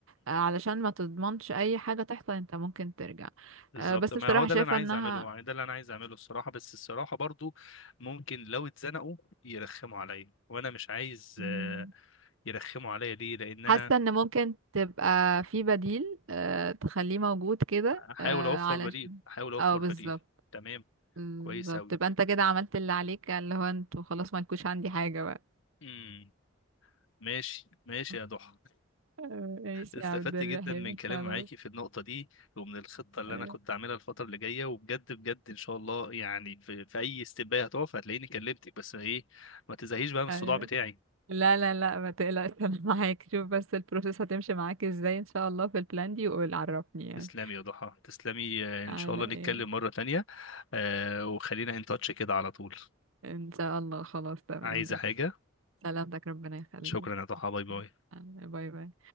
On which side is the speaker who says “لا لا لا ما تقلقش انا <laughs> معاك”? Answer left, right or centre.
Right